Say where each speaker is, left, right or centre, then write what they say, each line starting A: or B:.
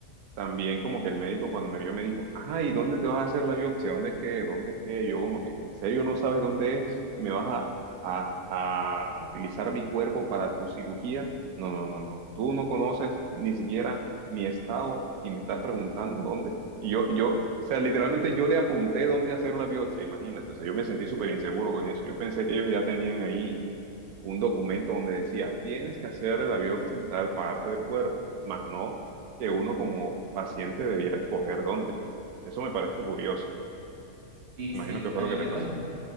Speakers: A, on the right (about 85°); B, on the right (about 50°).
A: también como que el médico cuando me vio me dijo, ajá, ¿y dónde te vas a hacer la biopsia? ¿Dónde es que? ¿Dónde es que? Yo como que, ¿en serio no sabes dónde es? ¿Y me vas a, a, a utilizar mi cuerpo para tu cirugía? No, no, no, no. Tú no conoces ni siquiera mi estado y me estás preguntando dónde. Y yo, yo, o sea, literalmente yo le apunté dónde hacer la biopsia, imagínate. O sea, yo me sentí súper inseguro con eso. Yo pensé que ellos ya tenían ahí un documento donde decía, tienes que hacer la biopsia en tal parte del cuerpo, más no que uno como paciente debiera escoger dónde. Eso me parece curioso.
B: Sí,
A: Imagino
B: sí,
A: que fue
B: también
A: lo que
B: me
A: te pasó.
B: pasó.